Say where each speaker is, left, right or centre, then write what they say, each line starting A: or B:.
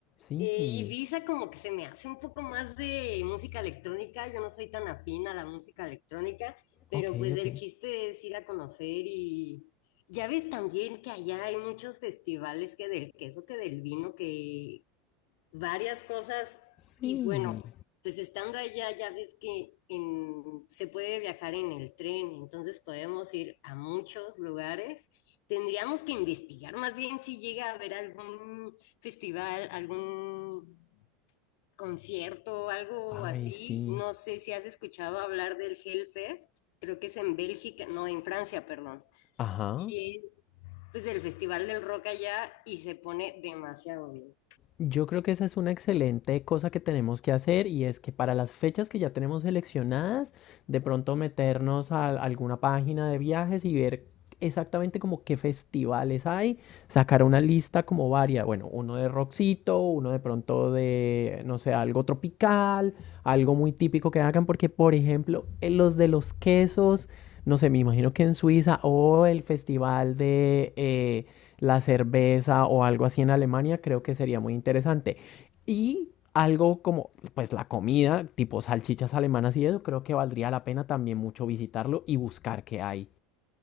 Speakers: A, on the left; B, on the left.
A: sí.
B: Eh,
A: Sí,
B: Ibiza como que se me hace un poco más de música electrónica, yo no soy tan afín a la música electrónica, pero
A: ok,
B: pues
A: ok.
B: el chiste es ir a conocer y ya ves también que allá hay muchos festivales que del queso, que del vino, que varias cosas
A: Sí.
B: y bueno, pues estando allá ya ves que en, se puede viajar en el tren, entonces podemos ir a muchos lugares. Tendríamos que investigar más bien si llega a haber algún festival, algún concierto, algo
A: Ay,
B: así.
A: sí.
B: No sé si has escuchado hablar del Hellfest, creo que es en Bélgica, no, en Francia, perdón.
A: Ajá.
B: Y es pues el festival del rock allá y se pone demasiado bien.
A: Yo creo que esa es una excelente cosa que tenemos que hacer y es que para las fechas que ya tenemos seleccionadas, de pronto meternos a alguna página de viajes y ver exactamente como qué festivales hay, sacar una lista como varia, bueno, uno de rockcito, uno de pronto de, no sé, algo tropical, algo muy típico que hagan, porque por ejemplo, en los de los quesos, no sé, me imagino que en Suiza o el festival de... eh, la cerveza o algo así en Alemania, creo que sería muy interesante. Y algo como, pues la comida, tipo salchichas alemanas y eso, creo que valdría la pena también mucho visitarlo y buscar qué hay.